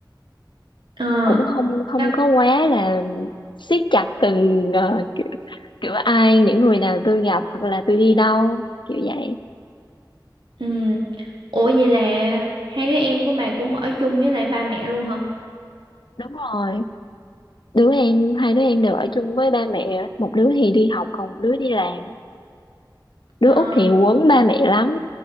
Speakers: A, on the right; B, on the left.
A: Ờ,
B: cũng không không
A: chắc
B: có quá là siết chặt từng ờ, kiểu, kiểu ai những người nào tôi gặp hoặc là tôi đi đâu kiểu vậy
A: ừ. Ủa vậy là hai đứa em của bà cũng ở chung với lại ba mẹ luôn hả?
B: đúng rồi đứa em hai đứa em đều ở chung với ba mẹ một đứa thì đi học còn một đứa đi làm đứa
A: Ờ,
B: út thì quấn ba mẹ lắm